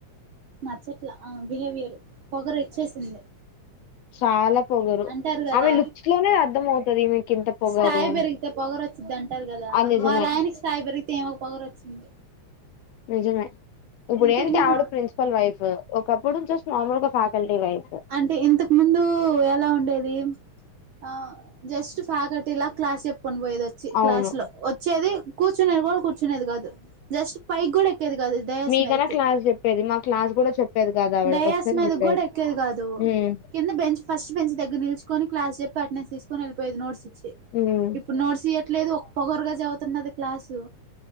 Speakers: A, on the right (about 60°); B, on the left (about 75°).
A: నచ్చట్లా ఆ బిహేవియర్ పొగరు వచ్చేసింది
B: చాలా పొగరు
A: అంటారు కదా
B: ఆమె లుక్స్ లోనే అర్థం అవుతది ఈమెకి ఇంత పొగరు
A: స్థాయి
B: అని
A: పెరిగితే పొగరు వచ్ అంటారు కదా
B: అది నిజమే
A: వాళ్ళ ఆయనకి స్థాయి పెరిగితే ఈమెకు పొగరు వచ్చింది
B: నిజమే ఇప్పుడేంటి
A: ఇంతకు ముందు
B: ఆవిడ ప్రిన్సిపల్ వైఫ్ ఒకప్పుడు జస్ట్ మామూలు గా ఫ్యాకల్టీ వైఫ్
A: అంటే ఇంతకు ముందు ఎలా ఉండేది ఆ జస్ట్ ఫ్యాకల్టీ లా క్లాస్ చెప్ కొని పోయేది వచ్చి క్లాస్
B: అవును
A: లో వచ్చేది కూర్చునేది కూడా కూర్చునేది కాదు జస్ట్ పైకి కూడా ఎక్కేది కాదు డయాస్
B: మీకన్నా
A: మీదకి
B: క్లాస్ చెప్పేది మా క్లాస్ కూడా చెప్పేది కాదు ఆవిడ
A: డయాస్
B: వచ్చేది
A: మీద
B: చెప్పేది
A: కూడా ఎక్కేది కాదు పు
B: ఉమ్.
A: కింద బెంచ్ ఫస్ట్ బెంచ్ దగ్గర నిల్చుకొని క్లాస్ చెప్పి అటెండెన్స్ తీసుకొని వెళ్లిపోయేది నోట్స్ ఇచ్చి
B: హ్మ్
A: ఇప్పుడు నోట్స్ ఇయ ట్లేదు ఒ పొగరుగా చదువుతున్నది క్లాసు